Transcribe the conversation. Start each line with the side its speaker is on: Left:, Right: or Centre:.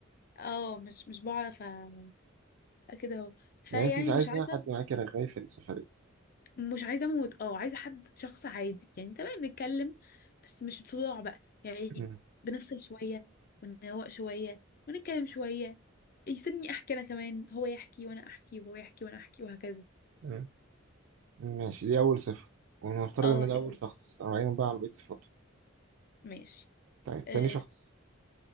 Left: اه مش مش بعرف أ- كده اهو فيعني
Right: يعني انت مش عايزة
Left: مش عارفه
Right: حد معاكي رغاي في السفرية
Left: مش عايزه اموت اه عايزه حد شخص عادي يعني تمام نتكلم بس مش صداع بقى يعني
Right: مم.
Left: بنفصل شويه ونروق شويه ونتكلم شويه يسيبني احكي انا كمان هو يحكي وانا احكي وهو يحكي وانا احكي وهكذا
Right: مم. ماشي دي أول صفة ونفترض
Left: اه
Right: إن ده
Left: دي
Right: أول
Left: أول-
Right: شخص راينا بقى عن بقية صفاته
Left: ماشي
Right: طيب
Left: آه
Right: تاني شخص